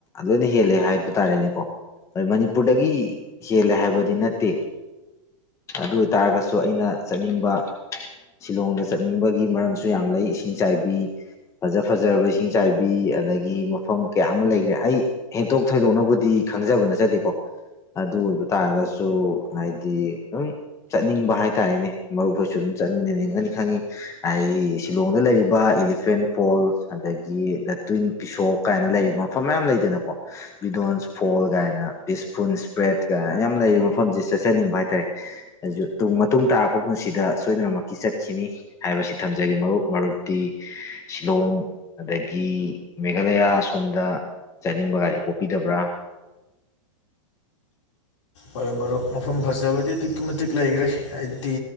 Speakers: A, on the left (about 15°); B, on the left (about 65°).
A: ꯂꯣꯏꯅ ꯍꯦꯜꯂꯦ ꯍꯥꯏꯕ ꯇꯥꯔꯦꯅꯦꯀꯣ ꯑꯍꯣꯏ ꯃꯅꯤꯄꯨꯔꯗꯒꯤ ꯍꯦꯜꯂꯦ ꯍꯥꯏꯕꯗꯤ ꯅꯠꯇꯦ ꯑꯗꯨ ꯑꯣꯏ ꯇꯥꯔꯒꯁꯨ ꯑꯩꯅ ꯆꯠꯅꯤꯡꯕ ꯁꯤꯂꯣꯡꯗ ꯆꯠꯅꯤꯡꯕꯒꯤ ꯃꯔꯝꯁꯨ ꯌꯥꯝ ꯂꯩ ꯏꯁꯤꯡꯆꯥꯏꯕꯤ ꯐꯖ ꯐꯖꯔꯕ ꯏꯁꯤꯡꯆꯥꯏꯕꯤ ꯑꯗꯒꯤ ꯃꯐꯝ ꯀꯌꯥ ꯑꯃ ꯂꯩꯈ꯭ꯔꯦ ꯑꯩ ꯍꯦꯟꯇꯣꯛ ꯊꯣꯏꯗꯣꯛꯅꯕꯨꯗꯤ ꯈꯪꯖꯕ ꯅꯠꯆꯗꯦꯀꯣ ꯑꯗꯨ ꯑꯣꯏꯕ ꯇꯥꯔꯒꯁꯨ ꯍꯥꯏꯗꯤ ꯑꯗꯨꯝ ꯆꯠꯅꯤꯡꯕ ꯍꯥꯏ ꯇꯥꯔꯦꯅꯦ ꯃꯔꯨꯞꯈꯣꯏꯁꯨ ꯑꯗꯨꯝ ꯆꯠꯃꯤꯟꯅꯅꯤꯡꯉꯅꯤ ꯈꯪꯉꯤ ꯍꯥꯏꯗꯤ ꯁꯤꯂꯣꯡꯗ ꯂꯩꯔꯤꯕ ꯏꯂꯤꯐꯦꯟ ꯐꯣꯜ ꯑꯗꯒꯤ ꯗ ꯇ꯭ꯋꯤꯟ ꯄꯤꯁꯣꯛ ꯀꯥꯏꯅ ꯂꯩꯔꯤꯕ ꯃꯐꯝ ꯃꯌꯥꯝ ꯂꯩꯗꯅꯀꯣ ꯕꯤꯗꯣꯟꯁ ꯐꯣꯜ ꯀꯥꯏꯅ ꯄꯤꯁꯄꯨꯟ ꯁꯄ꯭ꯔꯦꯠ ꯀꯥꯏꯅ ꯃꯌꯥꯝ ꯂꯩꯔꯤꯕ ꯃꯐꯝꯁꯤ ꯆꯠꯆꯅꯤꯡꯕ ꯍꯥꯏꯇꯥꯔꯦ ꯑꯗꯨꯁꯨ ꯃꯇꯨꯡ ꯇꯥꯔꯛꯄ ꯄꯨꯟꯁꯤꯗ ꯁꯣꯏꯗꯅꯃꯛꯀꯤ ꯆꯠꯈꯤꯅꯤ ꯍꯥꯏꯕꯁꯤ ꯊꯝꯖꯒꯦ ꯃꯔꯨꯞ ꯃꯔꯨꯞꯇꯤ ꯁꯤꯂꯣꯡ ꯑꯗꯒꯤ ꯃꯦꯘꯥꯂꯌꯥ ꯑꯁꯣꯝꯗ ꯆꯠꯅꯤꯡꯕ ꯒꯥꯔꯤ ꯄꯣꯛꯄꯤꯗꯕ꯭ꯔꯥ
B: ꯍꯣꯏ ꯃꯔꯨꯞ ꯃꯐꯝ ꯐꯖꯕꯗꯤ ꯑꯗꯨꯛꯀꯤ ꯃꯇꯤꯛ ꯂꯩꯈ꯭ꯔꯦ ꯍꯥꯏꯗꯤ